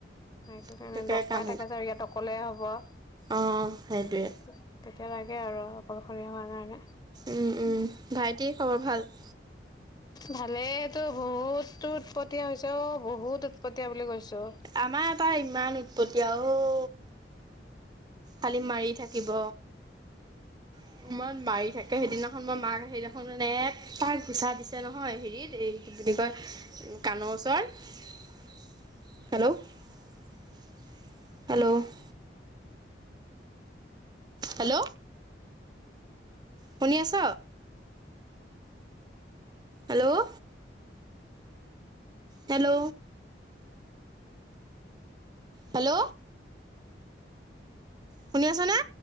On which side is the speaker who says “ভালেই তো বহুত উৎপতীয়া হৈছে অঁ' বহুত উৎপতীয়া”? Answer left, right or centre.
Left